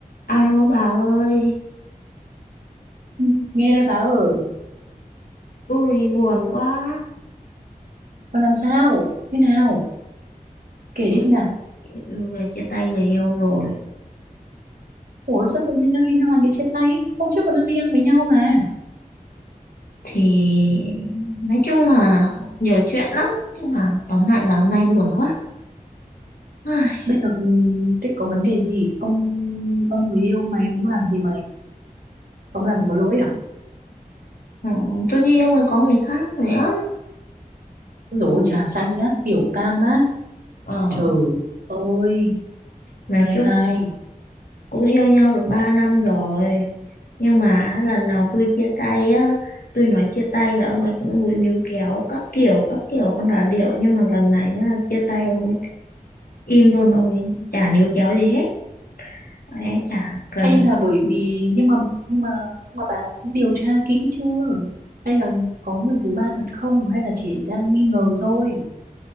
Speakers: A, on the left; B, on the right.
A: Alo bà ơi,
B: Ừ, nghe đây bà ơi
A: tôi buồn quá,
B: con làm sao thế nào kể
A: tôi
B: đi xem nào
A: vừa chia tay người yêu rồi.
B: ủa sao tự nhiên đang đi Năng Anh lại chia tay hôm trước còn đang đi ăn với nhau mà
A: Thì nói chung là nhiều chuyện lắm, nhưng mà tóm lại là hôm nay buồn quá. Ai,
B: bây giờ ừ, thế có vấn đề gì ông ông người yêu mày ông làm gì mày ông làm gì có lỗi à
A: ừ, Tôi như yêu người có người khác rồi á.
B: ôi dồi ôi, trà xanh á tiểu tam á
A: Ờ,
B: trời ơi
A: nói
B: hai
A: chung
B: hai
A: cũng yêu nhau được 3 năm rồi. Nhưng mà lần nào tôi chia tay á, tôi nói chia tay là ông ấy cũng mũi níu kéo các kiểu, các kiểu con đà điệu. Nhưng mà lần này á, chia tay ông ấy im luôn, ông ấy chả níu kéo gì hết. Ông ấy chả cần
B: hay là bởi vì nhưng mà nhưng mà nhưng mà bà đã điều tra kỹ chưa hay là có người thứ ba thật không hay là chỉ đang nghi ngờ thôi